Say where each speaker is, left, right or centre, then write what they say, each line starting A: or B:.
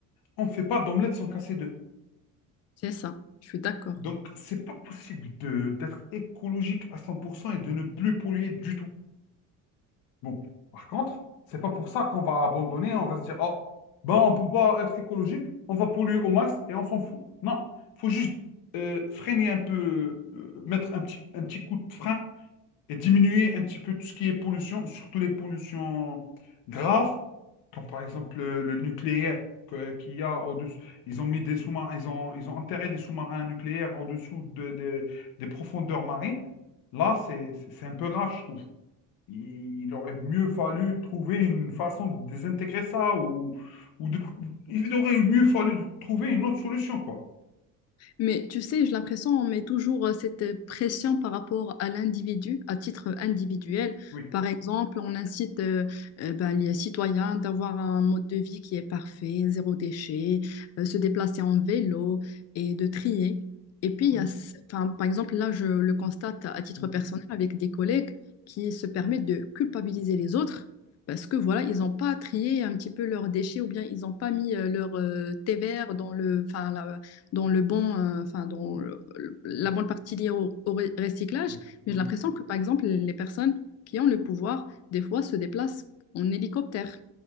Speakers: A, on the left; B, on the left.
A: on ne fait pas d'omelette sans casser d'œufs.
B: C'est ça, je suis d'accord.
A: Donc, c'est pas possible de d'être écologique à 100% et de ne plus polluer du tout. Bon, par contre, c'est pas pour ça qu'on va abandonner, on va se dire, oh, ben on peut pas être écologique, on va polluer au max et on s'en fout. Non, il faut juste euh, freiner un peu, euh, mettre un petit, un petit coup de frein et diminuer un petit peu tout ce qui est pollution, surtout les pollutions graves, comme par exemple le, le nucléaire que- qu'il y a au-dessus. Ils ont mis des sous-marins, ils ont, ils ont enterré des sous-marins nucléaires au-dessous de- de- des profondeurs marines. Là, c'est, c'est c'est un peu grave, je trouve. Il, il aurait mieux fallu trouver une façon de désintégrer ça ou, ou de, il aurait mieux fallu de trouver une autre solution, quoi.
B: Mais tu sais, j'ai l'impression on met toujours euh, cette pression par rapport à l'individu, à titre individuel.
A: Oui.
B: Par exemple, on incite euh, euh, ben, les citoyens d'avoir un mode de vie qui est parfait, zéro déchet, euh, se déplacer en vélo et de trier. Et puis, il
A: Mm,
B: y a, ce- enfin, par exemple, là, je le constate à titre
A: mm,
B: personnel avec des collègues qui se permettent de culpabiliser les autres parce que voilà, ils n'ont pas trié un petit peu leurs déchets ou bien ils n'ont pas mis euh, leur euh, thé vert dans le, enfin, la- dans le bon, euh, enfin, dans le- la
A: mm,
B: bonne partie liée au, au ré- recyclage,
A: mm,
B: mais
A: mm,
B: j'ai l'impression que, par exemple, les personnes qui ont le pouvoir, des fois, se déplacent en hélicoptère,